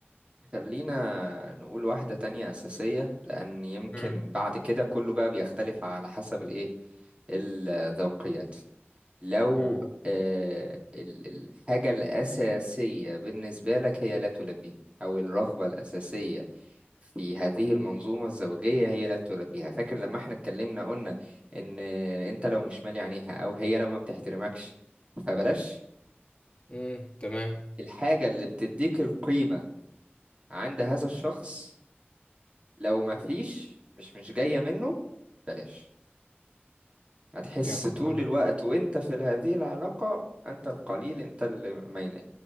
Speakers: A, on the right; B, on the left.
A: خلينا نقول واحدة تانية أساسية لأن يمكن
B: امم
A: بعد كده كله بقى بيختلف على حسب الإيه الذوقيات لو
B: امم
A: آه، ال- الحاجة الأساسية بالنسبة لك هي لا تلبيها أو الرغبة الأساسية في هذه المنظومة الزوجية هي لا تلبيها فاكر لما احنا اتكلمنا قلنا إن أنت لو مش مالي عينيها أو هي لو ما بتحترمكش فبلاش
B: امم تمام
A: الحاجة اللي بتديك القيمة عند هذا الشخص لو ما فيش مش مش جاية منه بلاش هتحس
B: جامد
A: طول
B: عندك
A: الوقت
B: حق.
A: وانت في هذه العلاقة انت القليل انت اللي ما ين-